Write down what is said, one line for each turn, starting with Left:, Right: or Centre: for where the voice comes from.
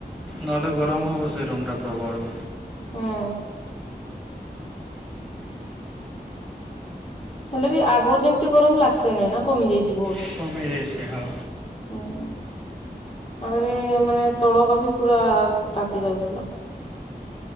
Centre: ନଏଲେ ଗରମ୍ ହବ ସେ ରୁମ୍ ଟା ପ୍ରବଳ।
Left: ଉଁ। ହେଲେ ବି ଆଗର୍ ଯେମ୍ତି ଗରମ ଲାଗ୍ ତେ ନାଇ ନା କମି ଯାଇଚି ବହୁତ୍।
Centre: କମି ଯାଇଛି ହଁ।
Left: ହୁଁ। ଆରେ ମାନେ ତଡକା ବି ପୁରା ତାତି ଯାଉଥିଲା।